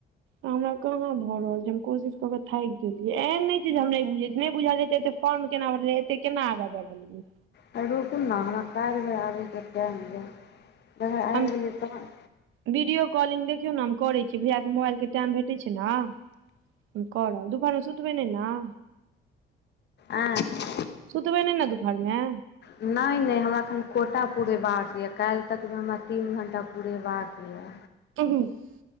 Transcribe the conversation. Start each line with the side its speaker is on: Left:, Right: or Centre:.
Right: हमरा कहाँ भऽ रहल छै हम कोशिश कऽ कऽ थाकि गेलियै एहन नहि छै जे हम नहि बुझैत छियै नहि बुझा जेतै तऽ फोर्म केना बढ़लै एते केना आगा बढ़लियै
Left: तऽ रुकू ने हमरा काल्हि भर आबै के टाइम यऽ अगर आबि
Right: हम
Left: गेलियै तहन
Right: वीडियो कॉलिंग देखियौ न हम करै छी भैया के मोबाइल के टाइम भेटैत छै ने तऽ हम करब दुपहर मे सुतबै नहि न
Left: आइ
Right: सुतबै नहि ने दुपहर मे
Left: नहि नहि हमरा एखन कोटा पुरेबाक यए काल्हि तकमे हमरा तीन घण्टा पुरेबाक य
Right: <inaudible>